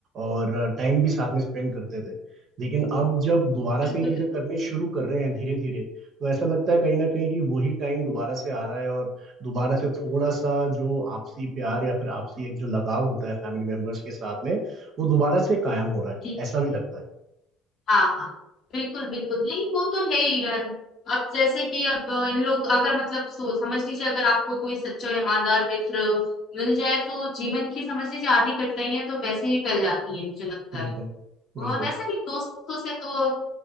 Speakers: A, on the right; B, on the left.
A: और टाइम भी साथ में स्पेंड करते थे लेकिन अब जब दोबारा
B: बिल्कुल
A: से ये चीजें
B: बिल्कुल
A: करनी शुरू कर रहे हैं धीरे धीरे तो ऐसा लगता है कहीं ना कहीं कि वही टाइम दोबारा से आ रहा है और दोबारा से थोड़ा सा जो आपसी प्यार या फिर आपसी एक जो लगाव होता है फैमिली मेंबर्स के साथ में वो दोबारा से कायम हो रहा है
B: जी
A: ऐसा
B: जी
A: भी लगता है
B: हाँ हाँ बिल्कुल बिल्कुल नहीं वो तो है ही यार अब जैसे कि अब इन लोग अगर मतलब सो समझ लीजिए अगर आपको कोई सच्चा और ईमानदार मित्र मिल जाए तो जीवन की समझ लीजिए आधी कठिनाइयां तो वैसे ही टल जाती है मुझे लगता है
A: बिल्कुल बिल्कुल
B: और वैसे भी दोस्तों से तो